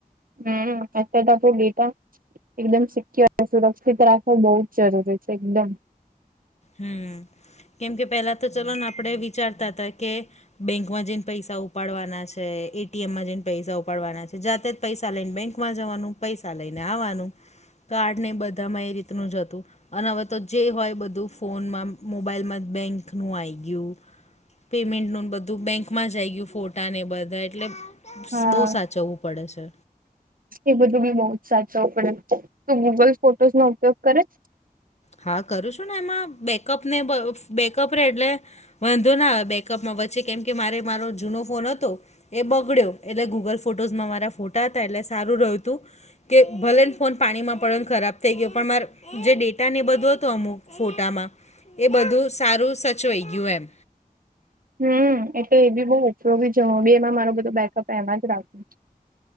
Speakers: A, on the right (about 65°); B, on the left (about 45°).
A: હમ અત તપ ગીટ. એકદમ સિક્યોર સુરક્ષિત રાખવો બહુ જ જરૂરી છે એકદમ.
B: હમ કેમ કે પેલા તો ચલો ને આપણે વિચારતા હતા કે બેંકમાં જઈને પૈસા ઉપાડવાના છે એટીએમમાં જઈને પૈસા ઉપાડવાના છે જાતે. પૈસા લઈને બેંકમાં જવાનું પૈસા લઈને આવવાનું. કાર્ડ નહી બધામાં એ રીતનું જ હતું અને હવે તો જે હોય બધું. ફોનમાં મોબાઈલમાં જ બેંકનું આવી ગયું. પેમેન્ટ નું બધું બેંક માં જઈ ગયું ફોટા ને બધા એટલે.
A: હા
B: બહુ સાચવવું પડે છે.
A: એ બધું બી બહ જ સાચવ પડે તું ગૂગલ ફોટોસ નો ઉપયોગ કરે.
B: હા કરું છું ને એમાં બેકઅપ ને બેકઅપ રે એટલે. વાંધો ના બેકઅપમાં વચ્ચે કેમ કે મારે મારો જૂનો ફોન હતો. એ બગડ્યો એટલે ગૂગલ ફોટોઝમાં મારા ફોટા હતા એટલે સારું રહ્યું હતું. કે ભલે ને ફોન પાણીમાં પડે ને ખરાબ થઈ ગયો પણ મારે જે ડે ત્યાંને એ બધો હતો અમુક ફોટામાં એ બધું સારું સચવેય યુ એમ.
A: હમ એટલે એ બી બઉુ ઉપયોગી જ બેમાં મારો બધો બેકઅપ એમાં જ રાખવું છે.